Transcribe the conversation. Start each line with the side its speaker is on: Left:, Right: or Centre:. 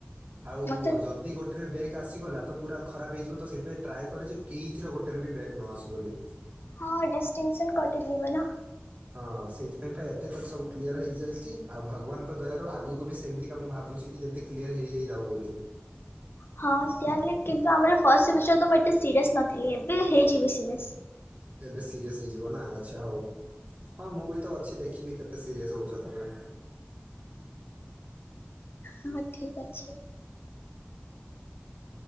Right: ଆଉ ଯ
Left: ମତେ
Right: ଯଦି ଗୋଟେରେ ବ୍ୟାଗ୍ ଆସିଗଲା ତ ପୁରା ଖରାପ ହେଇଯିବ ତ ସେଥିପାଇଁ ଟ୍ରାଏ କରେ ଯେ କିଥରେ ଗୋଟେରେ ବି ବ୍ୟାଗ୍ ନ ଆସୁ ବୋଲି।
Left: ହଁ ଡିଷ୍ଟିଂସନ କଟିଯିବ ନା।
Right: ହଁ ସେଇଥିପାଇଁ ଏତେ ତ ସବୁ କ୍ଲିୟର ହେଇକି ଯାଇଛି ଆଉ ଭଗବାନଙ୍କ ଦୟାରୁ ଆଗକୁ ବି ସେମିତିକା ମୁଁ ଭାବୁଛି ଯେମିତି କ୍ଲିୟର ହେଇ ହେଇଯାଉ ବୋଲି।
Left: ହଁ ସେୟା କିନ୍ତୁ ଆମର ଫାଷ୍ଟ ସେମିଷ୍ଟାର ତ ମୁଁ ଏତେ ସିରିୟସ୍ ନଥିଲି ଏବେ ହେଇଯିବି ସିରିଏସ।
Right: ଏବେ ସିରିଏସ୍ ହେଇଯିବ ନା ଆଚ୍ଛା ହଉ। ହଁ ମୁଁ ବି ତ ଅଛି ଦେଖିବି କେତେ ସିରିଅସ ହଉଛ ତମେ।
Left: ହଁ ଠିକ ଅଛି।